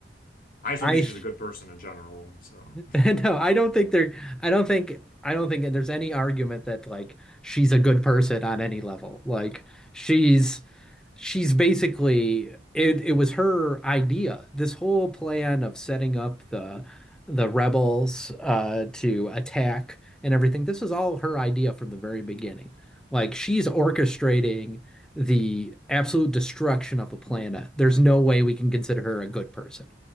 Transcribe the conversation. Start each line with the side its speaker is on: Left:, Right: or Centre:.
Left: I just
Centre: I
Left: don't think she's a good person in general. So,
Centre: <laughs> No, I don't think there. I don't think. I don't think there's any argument that like she's a good person on any level. Like she's she's basically it. It was her idea. This whole plan of setting up the the rebels uh, to attack and everything. This was all her idea from the very beginning. Like she's orchestrating the absolute destruction of the planet. There's no way we can consider her a good person.